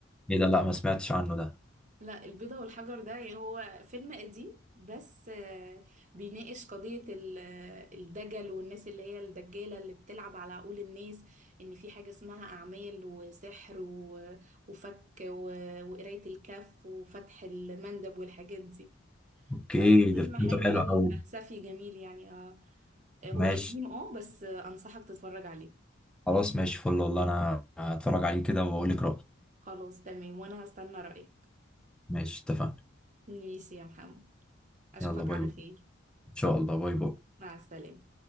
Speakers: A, in the centre; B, on the right.
A: ايه ده لا ما سمعتش عنه ده
B: لا البيضة والحجر ده يعني هو فيلم قديم بس آه، بيناقش قضية ال- آه، الدجل والناس اللي هي الدجالة اللي بتلعب على عقول الناس إن في حاجة اسمها أعمال وسحر و- وفك و- وقراية الكف وفتح المندب والحاجات دي
A: اوكي
B: ففيلم
A: ده فكرته
B: حلو
A: حلوه
B: قوي
A: قوي
B: فلسفي جميل يعني آه، آه،
A: ماشي
B: هو قديم اه بس آه، أنصحك تتفرج عليه
A: خلاص ماشي فل والله انا هتفرج عليه كده واقول لك رأيي
B: خلاص تمام وأنا هستنى رأيك
A: ماشي اتفقنا
B: ماشي يا محمد أشوفك
A: يلا باي
B: على
A: باي
B: خير
A: ان شاء الله باي باي
B: مع السلامة